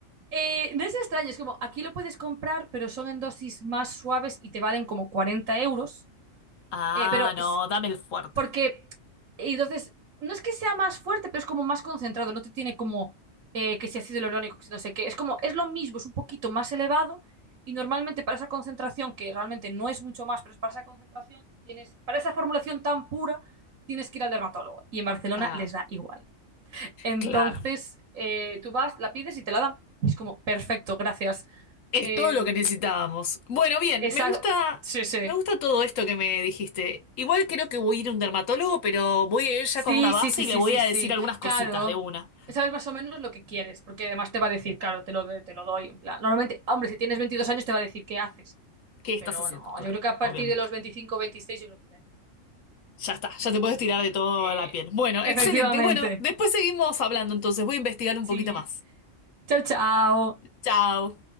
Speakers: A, on the right (about 80°); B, on the left (about 75°).
A: Eh, no es extraño, es como aquí lo puedes comprar, pero son en dosis más suaves y te valen como 40 euros.
B: Ah,
A: Eh, pero
B: no,
A: es-
B: dame el fuerte.
A: porque y entonces no es que sea más fuerte, pero es como más concentrado, no te tiene como eh, que si ácido hialurónico, que si no sé qué, es como es lo mismo, es un poquito más elevado y normalmente para esa concentración que realmente no es mucho más, pero es para esa concentración tienes para esa formulación tan pura tienes que ir al dermatólogo y en Barcelona
B: Ah,
A: les da igual. Entonces
B: claro.
A: eh, tú vas, la pides y te la dan. Y es como perfecto, gracias.
B: Es
A: Eh,
B: todo lo que necesitábamos. Bueno, bien,
A: esa-
B: me gusta,
A: sí, sí.
B: me gusta todo esto que me dijiste. Igual creo que voy a ir a un dermatólogo, pero voy a ir ya
A: Sí,
B: con una base
A: sí, sí,
B: y
A: sí,
B: le voy
A: sí,
B: a
A: sí.
B: decir algunas cositas
A: Caro.
B: de una.
A: Sabes más o menos lo que quieres, porque además te va a decir,
B: Sí.
A: claro, te lo, de- te lo doy. En plan, normalmente, hombre, si tienes 22 años te va a decir qué haces,
B: ¿Qué estás
A: pero
B: haciendo?
A: no,
B: Claro,
A: yo creo que a partir
B: obviamente.
A: de los 25, o 26 yo creo que ya no.
B: Ya está, ya te puedes tirar de toda
A: Eh,
B: la piel. Bueno,
A: efectivamente.
B: excelente. Bueno, después seguimos hablando, entonces voy a investigar un
A: Sí.
B: poquito más.
A: Chao, chao.
B: Chao.